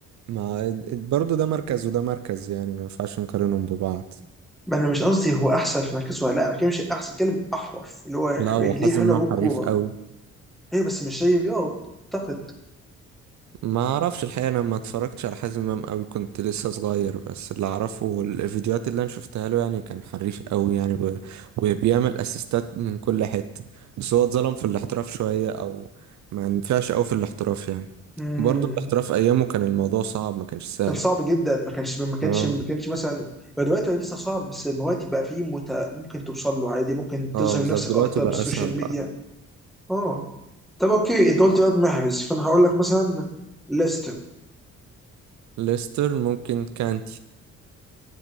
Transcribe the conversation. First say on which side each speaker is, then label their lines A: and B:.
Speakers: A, on the right; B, in the centre.
A: ما اد- اد- برضو ده مركز وده مركز يعني ما ينفعش نقارنهم ببعض
B: ما انا مش قصدي هو احسن في مركزه ولا لا ما كانش احسن كلمه احرف اللي هو
A: لا هو
B: رجليه
A: حازم
B: حلوه
A: امام
B: بالكوره
A: حريف قوي
B: ايوه بس مش زي رياض اعتقد
A: ما اعرفش الحقيقه انا ما اتفرجتش على حازم امام قوي كنت لسه صغير بس اللي اعرفه الفيديوهات اللي انا شفتها له يعني كان حريف قوي يعني ب... وبيعمل اسيستات من كل حته بس هو اتظلم في الاحتراف شويه او ما ينفعش قوي في الاحتراف يعني
B: امم
A: برضه الاحتراف ايامه كان الموضوع صعب ما كانش سهل
B: كان صعب جدا ما كانش ما كانش
A: اه
B: ما كانش مثلا هو دلوقتي هو لسه صعب بس دلوقتي بقى فيه مت... ممكن توصل له عادي ممكن تظهر
A: اه بالظبط
B: نفسك
A: دلوقتي
B: اكتر
A: بقى
B: بالسوشيال
A: اسهل
B: ميديا اه طب اوكي انت قلت رياض محرز فانا هقول لك مثلا ليستر
A: ليستر ممكن كانتي